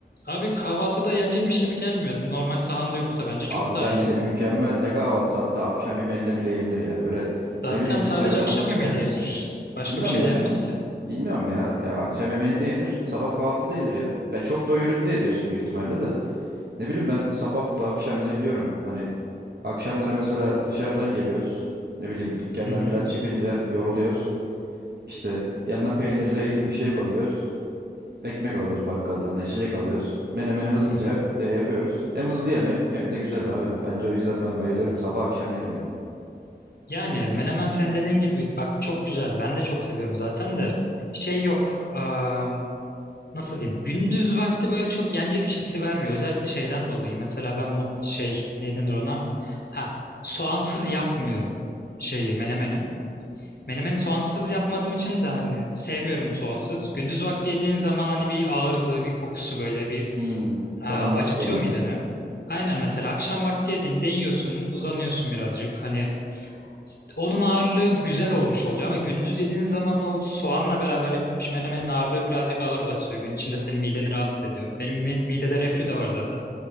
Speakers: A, on the left; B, on the right.
A: abi kahvaltıda yenecekmiş gibi gelmiyor. Normal sahanda yumurta bence çok
B: Abi
A: daha
B: bence
A: iyi.
B: mükemmel ne kahvaltısı hatta akşam yemeğinde bile yenir ya. Böyle
A: Zaten
B: ne bileyim
A: sadece
B: dışarıdan
A: akşam yemeği
B: gelmişsin.
A: de yenir. Başka
B: Bilmiyorum
A: bir şey
B: ben
A: de yenmez ki.
B: bilmiyorum ya. Ya akşam yemeğinde yenir, sabah kahvaltıda yenir ya. Ya çok doyurucu diye diyorsun büyük ihtimalle de. Ne bileyim ben sabah da akşam da yiyorum. Hani akşamları mesela dışarıdan geliyoruz. Ne bileyim dükkandan
A: Hı hı.
B: falan çıkınca yoruluyoruz. İşte yanına peynir, zeytin bir şey koyuyoruz. Ekmek alıyoruz bakkaldan da, içecek alıyoruz. Menemeni hızlıca
A: Hı hı.
B: hep de yapıyoruz. Hem hızlı yemek hem de güzel abi. Bence o yüzden ben bayılıyorum. Sabah akşam yerim ya.
A: Yani menemen sen dediğin gibi bak çok güzel. Ben de çok seviyorum zaten de şey yok. Aa, nasıl diyeyim? Gündüz vakti böyle çok yenecek bir şeysi vermiyor. Özellikle şeyden dolayı. Mesela ben mut şey ne denir ona? Ha, soğansız yapmıyorum şeyi menemeni. Menemeni soğansız yapmadığım için de hani sevmiyorum soğansız. Gündüz vakti yediğin zaman hani bir ağırlığı, bir kokusu böyle bir
B: Hmm,
A: aa,
B: sen ondan
A: acıtıyor
B: sevmiyorsun.
A: mideni. Aynen mesela akşam vakti yediğinde yiyorsun, uzanıyorsun birazcık. Hani onun ağırlığı güzel olmuş oluyor ama gündüz yediğin zaman o soğanla beraber yapılmış menemenin ağırlığı birazcık ağır basıyor. Gün içinde senin mideni rahatsız ediyor. Benim me- midede reflü de var zaten.